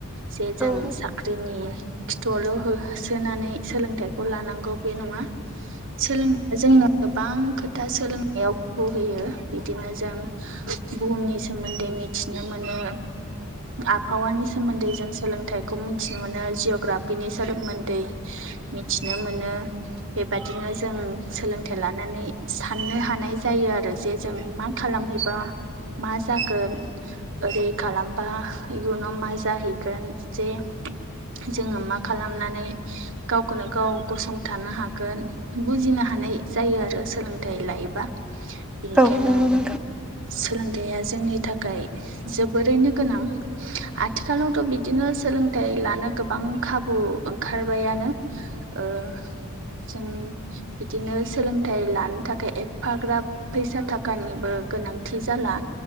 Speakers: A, on the right; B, in the centre.
A: जे जों
B: औ
A: साख्रिनि खिथुआवल' होसोनानै सोलोंथाइखौ लानांगौ बे नङा सोलोंनाया जोंनो गोबां खोथा सोलोंनायाव खाबु होयो। बिदिनो जों बुहुमनि सोमोन्दै मिथिनो मोनो। आबहावानि सोमोन्दै जों सोलोंथाइखौ मिथि मिथिनो मोनो जिअ'ग्राफिनि सोमोन्दै मिथिनो मोनो। बेबादिनो जों सोलोंथाइ लानानै साननो हानाय जायो आरो जे जों मा खालामहैबा मा जागोन ओरै खालामबा इयुनाव मा जाहैगोन जे जोङो मा खालामनानै गावखौनो गाव गसंथानो हागोन। बुजिनो हानाय जायो आरो सोलोंथाइ लायोबा बेनिखायनो
B: औ नंगौ नोंथां
A: सोलोंथाइया जोंनि थाखाय जोबोरैनो गोनां आथिखालावथ' बिदिनो सोलोंथाइ लानो गोबां खाबु ओंखारबायानो ओ जों बिदिनो सोलोंथाइ लानो थाखाय एफाग्राब फैसा थाखानिबो गोनांथि जाला